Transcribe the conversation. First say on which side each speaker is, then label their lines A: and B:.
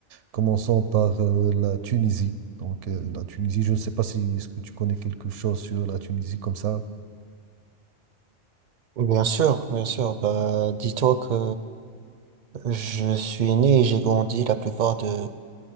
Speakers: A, on the right; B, on the right.
A: Commençons par euh, la Tunisie. Donc, euh, la Tunisie, je ne sais pas si est-ce que tu connais quelque chose sur la Tunisie comme ça.
B: Oui, Bien sûr, bien sûr. Bah, dis-toi que je suis né et j'ai grandi la plupart de,